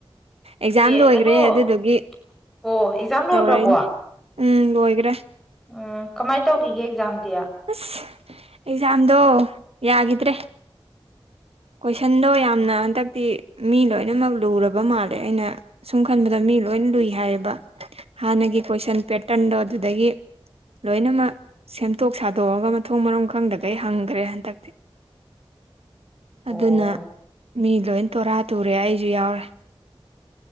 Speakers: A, on the right; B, in the centre.
A: ꯑꯦꯛꯖꯥꯝ
B: ꯑꯦ
A: ꯂꯣꯏꯈ꯭ꯔꯦ
B: ꯑꯗꯣ
A: ꯑꯗꯨꯗꯨꯒꯤ
B: ꯑꯣ ꯑꯦꯛꯖꯥꯝ ꯂꯣꯏꯈ꯭ꯔꯕꯣ
A: ꯇꯧꯔꯛꯏꯅꯤ ꯎꯝ ꯂꯣꯏꯒ꯭ꯔꯦ
B: ꯎꯝ ꯀꯃꯥꯏꯅ ꯇꯧꯒꯤꯒꯦ ꯑꯦꯛꯖꯥꯝꯗꯤ
A: ꯑꯁ ꯑꯦꯛꯖꯥꯝꯗꯣ ꯌꯥꯒꯤꯗ꯭ꯔꯦ ꯀꯣꯏꯁꯟꯗꯣ ꯌꯥꯝꯅ ꯍꯟꯗꯛꯇꯤ ꯃꯤ ꯂꯣꯏꯅꯃꯛ ꯂꯨꯔꯕ ꯃꯥꯜꯂꯦ ꯑꯩꯅ ꯁꯨꯝ ꯈꯟꯕꯗ ꯃꯤ ꯂꯣꯏ ꯂꯨꯏ ꯍꯥꯏꯌꯦꯕ ꯍꯥꯟꯅꯒꯤ ꯀꯣꯏꯁꯟ ꯄꯦꯇꯔꯟꯗꯣ ꯑꯗꯨꯗꯒꯤ ꯂꯣꯏꯅꯃꯛ ꯁꯦꯝꯗꯣꯛ ꯁꯥꯗꯣꯛꯑꯒ ꯃꯊꯣꯡ ꯃꯔꯥꯝ ꯈꯪꯗꯒꯩ ꯍꯪꯈ꯭ꯔꯦ ꯍꯟꯗꯛꯇꯤ
B: ꯑꯣ
A: ꯑꯗꯨꯅ ꯃꯤ ꯂꯣꯏ ꯇꯣꯔꯥ ꯇꯨꯔꯦ ꯑꯩꯁꯨ ꯌꯥꯎꯔꯦ